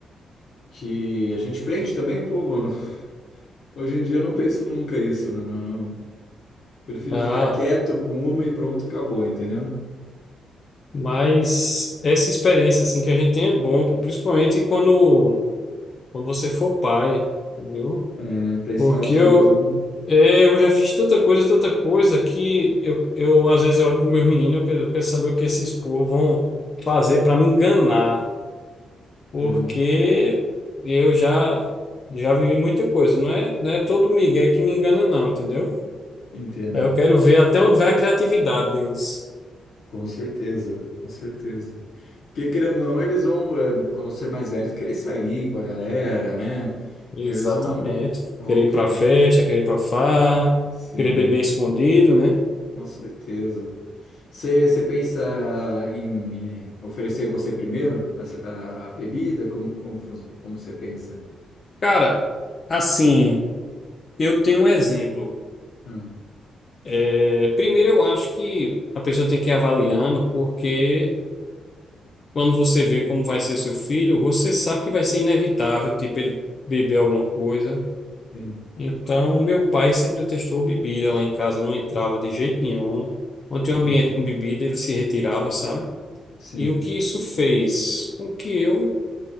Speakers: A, on the left (about 65°); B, on the left (about 40°).
A: Que a gente prende também, pô, mano. Hoje em dia eu não penso nunca isso, né? Não, não. Prefiro
B: Ah.
A: ficar quieto com uma e pronto, acabou, entendeu?
B: Mas essa experiência assim que a gente tem é bom, pô, principalmente quando, quando você for pai, entendeu?
A: É, né? Para ensinar
B: Porque
A: os filhos,
B: eu,
A: né?
B: é, eu já fiz tanta coisa, tanta coisa que eu, eu às vezes eu olho para os meus meninos, eu quero, eu quero saber o que esses povos vão fazer para me enganar, porque
A: Né?
B: eu já já vivi muita coisa, não é, não é todo migué que me engana não, entendeu?
A: Entendo.
B: Eu quero ver até onde vai a criatividade deles.
A: Com certeza, com certeza. Porque querendo ou não, eles vão, eh, quando ser mais velhos, querer sair com a galera, né?
B: Exatamente.
A: Eles vão, vão
B: Querer ir
A: querer.
B: pra festa, querer ir pra farra,
A: Sim,
B: querer beber escondido, né?
A: com certeza. Você você pensa em eh, oferecer você primeiro a, a bebida? Como, como, fun- como você pensa?
B: Cara, assim, eu tenho um exemplo.
A: Ah,
B: É, primeiro, eu acho que a pessoa tem que ir avaliando, porque quando você vê como vai ser seu filho, você sabe que vai ser inevitável, tipo, ele beber alguma coisa.
A: sim.
B: Então, meu pai sempre testou bebida lá em casa, não entrava de jeito nenhum. Quando tinha um
A: Uhum.
B: ambiente com bebida, ele se retirava, sabe?
A: Sim.
B: E o que isso fez? Com que eu